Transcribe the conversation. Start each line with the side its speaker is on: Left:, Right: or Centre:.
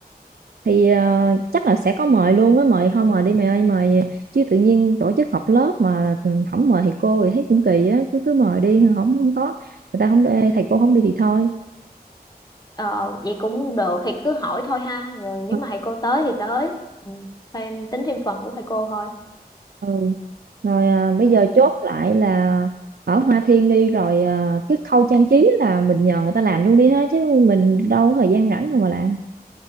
Right: thì ờ, chắc là sẽ có mời luôn á mời thôi mời đi mày ơi mời chứ tự nhiên tổ chức họp lớp mà không mời thầy cô thì thấy cũng kỳ á cứ cứ mời đi không không có người ta không thầy cô không đi thì thôi
Left: Ờ vậy cũng được thì cứ hỏi thôi ha. Rồi nếu
Right: Ừ.
Left: mà thầy cô tới thì tới. Ừ. Thêm tính thêm phần của thầy cô thôi.
Right: Ừ. Rồi à, bây
Left: Ừ.
Right: giờ chốt lại là ở Hoa Thiên đi rồi à, cái khâu trang trí là mình nhờ người ta làm luôn đi ha chứ mình đâu có thời gian rảnh đâu mà làm.